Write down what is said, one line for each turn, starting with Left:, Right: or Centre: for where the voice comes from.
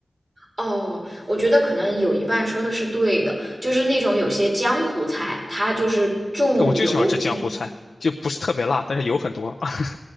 Right: 哦，我觉得可能有一半说的是对的，就是那种有些江湖菜，它就是重油重
Left: 我就喜欢吃江湖菜，就不是特别辣，但是油很多。<laughs>